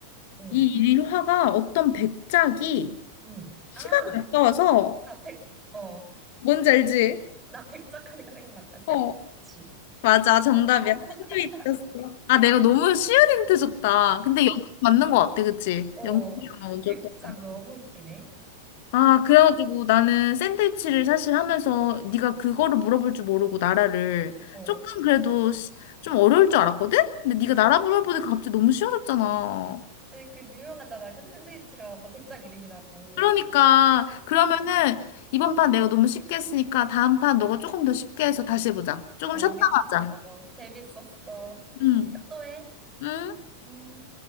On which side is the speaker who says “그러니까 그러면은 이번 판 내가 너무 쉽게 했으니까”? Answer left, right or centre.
Left